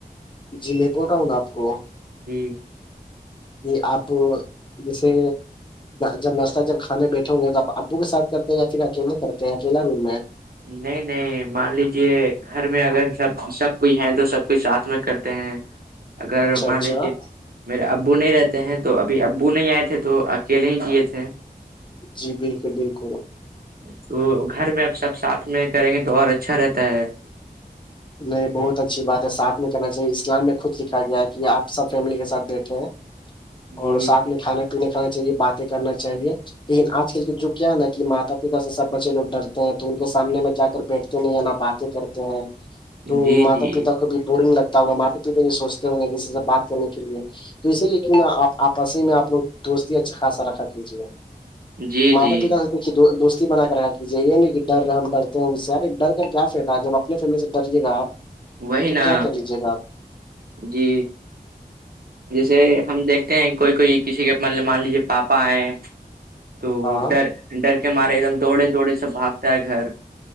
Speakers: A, on the left; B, on the right.
A: جی میں پتاا ہوں نا آپ کو
B: ہمم
A: کہ آپ جیسے جب ناشتہ جب کھانے بیٹھے ہوں گے توب ابو کے ساتھ کرتے ہیں یا پھر اکیلے کرتے ہیں اکیلا روم میں ہے
B: نہیں نہیں مان لیجے گھر میں اگر سب سب کوئی ہے تو سب کوئی ساتھ میں کرتے ہیں
A: <inaudible>
B: اگر مان
A: اچھا
B: لیجیے میرے ابو نہیں رہتے ہیں تو ابھی ابو نہیں آئے تھے تو اکیلے ہی کیے تھے
A: جی بالکل بالکل
B: تو گھر میں اب سب ساتھ میں کریں گے تو اور اچھا رہتا ہے
A: نہیں بہت اچھی بات ہے سھ میں کہنا چاہیے اسلام میں خود لکھا گیا ہے کہ آپ سب فیملی کے ساتھ بیٹھے ہیں
B: جی
A: اور ساتھ میں کھانا پینے کھانا چاہیے باتیں کرنا چاہیے لیکن آج کل کے جو کیا ہے نا کہ ماتا پتا سے سب بچے لوگ ڈرتے ہیں تو ان کے سامنے میں جا کر بیٹھتے نہیں ہے ن آپ باتیں کرتے ہیں تو
B: جی
A: ماتا
B: جی
A: پتا کو بھی بورنگ لگتا تا ماتے پیتا بھی سوچتے ہوں گے کسی سے بات کرنے کے لیے تو اسی لےیک آپ آپس ہی میں آ لوگ دوستی اچھا خاصا رکھا کیجیے
B: جی
A: ماتا
B: جی
A: پتا سے دوستی بنا کر رہا یہ یہ نہیں کہ ڈر ہم ڈر ہیں ان سےارے ڈر کر کیا فائدہ ہے جب اپنی فیملی سے ڈریے گا آپ
B: وہی
A: تو
B: نا
A: کیا کر لیجیے گا آپ
B: جی جیسے ہم دیکھتے ہیں کوئی کوئی کسی کے م مان لیجیے پاپا ہے تو
A: ہاں
B: ڈر ڈر کے مارے ایک دم دوڑے دوڑے سب بھاگتا ہے گھر